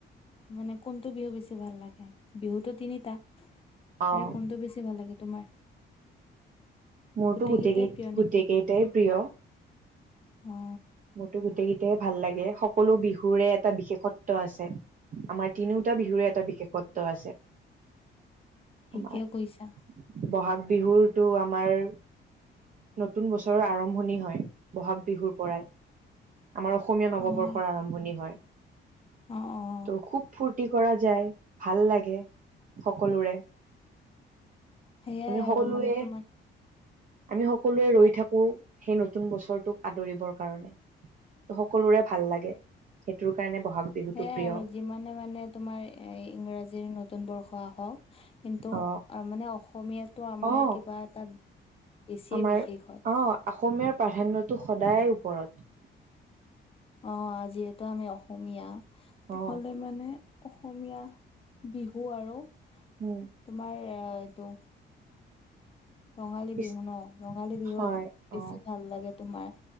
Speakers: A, on the left; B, on the right.
A: মানে কোনটো বিহু বেছি ভাল লাগে বিহুটো তিনিটা
B: অ'
A: তাৰে কোনটো বেছি ভাল লাগে তোমাৰ?
B: মোৰতো
A: গোটেই
B: গোটেইকেই
A: কেইটাই প্ৰিয় নেকি?
B: গোটেইকেইটাই প্ৰিয়।
A: অঁ।
B: মোৰতো গোটেইকেইটাইে ভাল লাগে সকলো বিহুৰে এটা বিশেষত্ব আছে আমাৰ তিনিওটা বিহুৰে এটা বিশেষত্ব আছে
A: ঠিকে
B: আমাৰ।
A: কৈছা।
B: বহাগ বিহুটো আমাৰ নতুন বছৰ আৰম্ভণি হয় বহাগ বিহুৰ পৰাই। আমাৰ অসমীয়া নৱবৰ্ষৰ
A: অ',
B: আৰম্ভণি হয়।
A: অ অ।
B: ত' খুব ফুৰ্তি কৰা যায় ভাল লাগে সকলোৰে।
A: সেইয়াই
B: আমি
A: আৰু
B: সকলোৱে
A: মানে তোমাৰ
B: আমি সকলোৱে
A: কোৱা
B: ৰৈ থাকো সেই নতুন বছৰটোক আদৰিবৰ কাৰণে। ত সকলোৰে ভাল লাগে সেইটোৰ কাৰণে ব'হাগ বিহুটো
A: সেয়াই
B: প্ৰিয়
A: আৰু যিমানে মানে তোমাৰ ইংৰাজীৰ নতুন বৰ্ষ আহক কিন্তু
B: অ
A: মানে অসমীয়াটো আমাৰ
B: অ
A: কিবা এটা বেছিয়ে
B: আমাৰ
A: বিশেষ হয়।
B: অ অসমীয়াৰ প্ৰাধান্যটো সদায় ওপৰত।
A: অঁ যিহেতু আমি অসমীয়া, টু
B: অ
A: হ'লে মানে- অসমীয়া বিহু আৰু-
B: হয়।
A: তোমাৰ এইটো- ৰঙালী
B: পিছ
A: বিহু ন, ৰঙালী বিহুত
B: হয়
A: বেছি
B: অ
A: ভাল লাগে তোমাৰ।